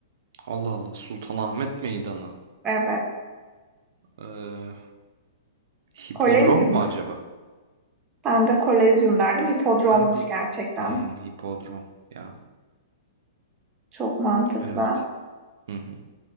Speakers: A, on the right (about 65°); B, on the right (about 25°).
A: Allah Allah Sultanahmet Meydanı.
B: Evet.
A: Ee, hipodrom
B: Kolezyum.
A: mu acaba?
B: Ben de Kolezyum derdim. Hipodrommuş
A: Ben de
B: gerçekten.
A: Hmm, hipodrom ya.
B: Çok mantıklı.
A: Evet. Hı hı.